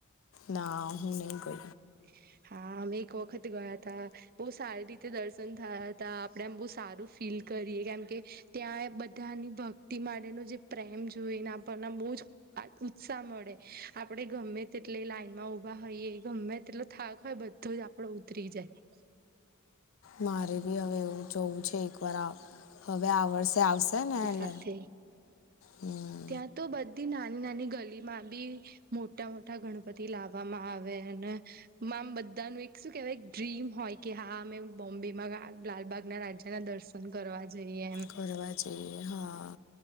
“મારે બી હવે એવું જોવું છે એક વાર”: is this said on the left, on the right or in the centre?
Left